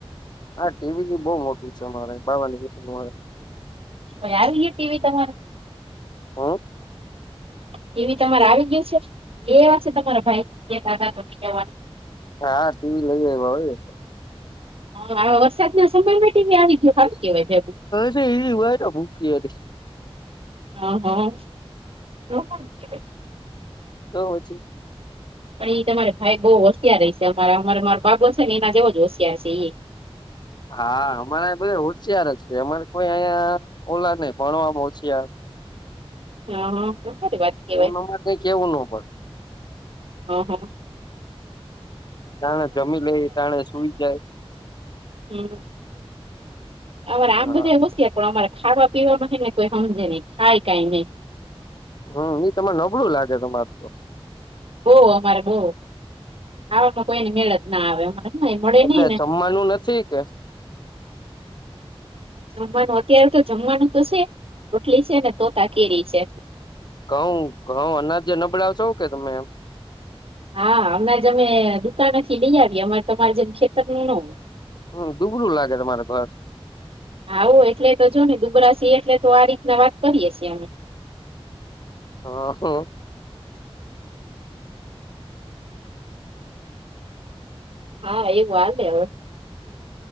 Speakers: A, on the left; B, on the right.
A: હા ટીવી બી બહુ મોટું છે, અમારે બાવન ઇંચ નું હે.
B: ઓય આવી ગ્યું ટી વી તમારે.
A: હમ.
B: ટીવી તમારે ગ્યું છે, એ એવા છે, તમારા ભાઈ કેતા તા તોને કેવાનું.
A: હા ટીવી લઈ આય્વા હોને.
B: હા હા વરસાદના સમયમાં ટીવી આવી ગ્યું હારુ કેવાય એમ.
A: હજી <unintelligible> એમ.
B: હા, હા બહુ હારું કેવાય.
A: તો હજી
B: પણ એ તમારે ભાઈ બઉ હોશયાર હશે અમારા અમારે મારા બાબો છે ને એના જેવો જ હોશિયાર છે એય.
A: હા અમારે બધે હોશિયાર જ છે અમારે કોઈ અહીંયા ઓલા નહી ભણવામા હોશિયાર.
B: હ હા શું કરી વાત. કેવાય
A: એમા માટે કેવું નો પડ
B: હ હ.
A: ટાણે જમી લે, ટાણે સુઈ જાય.
B: હમ. અમારે
A: હા
B: આમ બધા હોશિયાર પણ અમારે ખાવા પીવા માંને કોઈ હમજે નહી ખાય કઈ નહી.
A: હમ ઈ તને નબળું લાગે તમારું તો.
B: બો અમારે બો ખાવામાં કોઈની મેળ જ ના આવે અમા નઈ મળે
A: એટલે
B: નઈને.
A: જમવાનું નથી કે
B: જમવાનું અત્યારે તો જમવાનું તો છે. રોટલી છે ને તોતા કેરીય છે.
A: ઘઉ ઘઉ અનાજ જે નબળાવ છો હો કે તમે એમ.
B: હા અનાજ અમે દુકાનોથી લઈ આવીએ. અમારે તમારે જેમ ખેતરનું ન હોય.
A: હમ દુગનુ લાગે તમારા ભાસ.
B: આવું એટલે તો જો ને દુબરાસી એટલે તો આ રીતના વાત કરીએ છે અમે.
A: વાહુ.
B: હા એ વાર લી હવે.